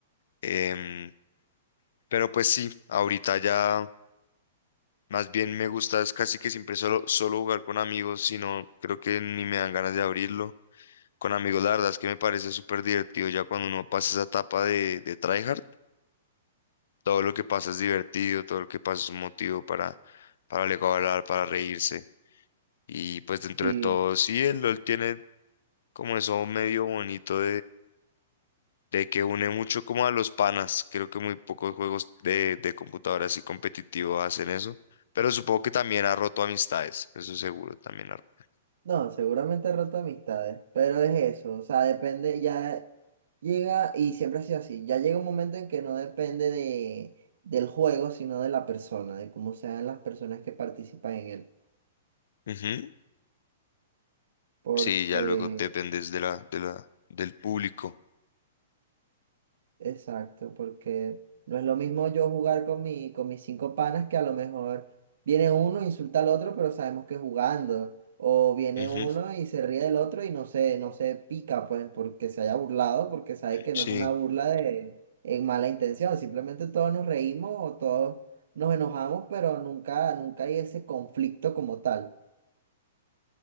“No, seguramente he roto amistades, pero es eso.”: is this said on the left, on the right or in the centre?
Right